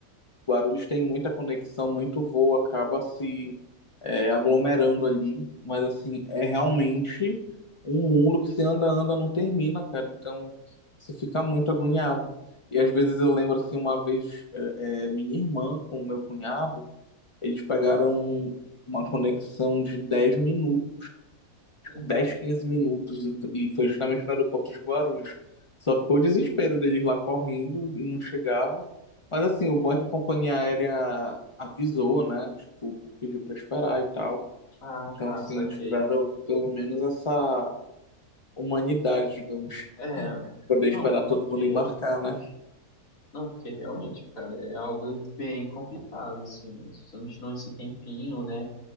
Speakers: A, on the left (about 40°); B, on the left (about 60°).
A: Guarulhos tem muita conexão, muito voo, acaba se é, aglomerando ali. Mas, assim, é realmente um mundo que se anda, anda, não termina, cara. Então, você fica muito agoniado. E às vezes eu lembro, assim, uma vez, é, é, minha irmã com meu cunhado. Eles pegaram uma conexão de 10 minutos,
B: Uhum.
A: 10, 15 minutos, e foi justamente no aeroporto de Guarulhos. Só ficou o desespero deles lá correndo e não chegavam. Mas assim, o bom é que a companhia aérea avisou, né? Tipo, pediu para esperar e tal.
B: Ah,
A: Então,
B: tá,
A: assim,
B: saquei.
A: tiveram pelo menos essa humanidade, digamos,
B: É,
A: de poder
B: não,
A: esperar
B: porque.
A: todo mundo embarcar, né?
B: Não, porque realmente, cara, é algo bem complicado, assim. Se você não tirar esse tempinho, né?